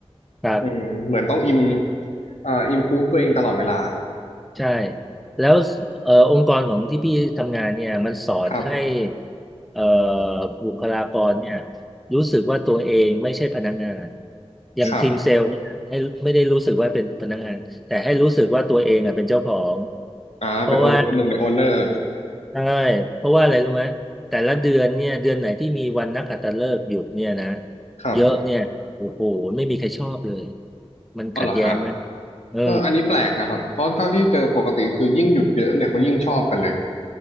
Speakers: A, in the centre; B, on the left.
A: ครับ
B: อืมเหมือนต้องอิมเอ่ออิมพูฟตัวเองตลอดเวลา
A: ใช่แล้วเอ่อองค์กรของที่พี่ทำงานเนี่ยมันสอนให้
B: ครับ
A: เอ่อบุคลากรเนี่ยรู้สึกว่าตัวเองไม่ใช่พนักงานอย่างทีมเซลล์เนี่ยให้ไม่ได้รู้สึกว่าเป็นพนักงานแต่ให้รู้สึกว่าตัวเองอ่ะเป็นเจ้าของ
B: ครับอ่าเป็นโอนเป็นหนึ่งในโอนเนอร์
A: เพราะว่า ใช่เพราะว่าอะไรรู้ไหมแต่ละเดือนเนี่ยเดือนไหนที่มีวันนักขัตฤกษ์หยุดเนี่ยนะ
B: ครับ
A: เยอะเนี่ยโอ้โหไม่มีใครชอบเลย มันขัดแย้งไหม
B: อ๋อเหรอฮะ
A: เออ
B: เอออันนี้แปลกนะครับเพราะเท่าที่เจอปกติคือยิ่งหยุดเยอะเนี่ยเขายิ่งชอบกันเลย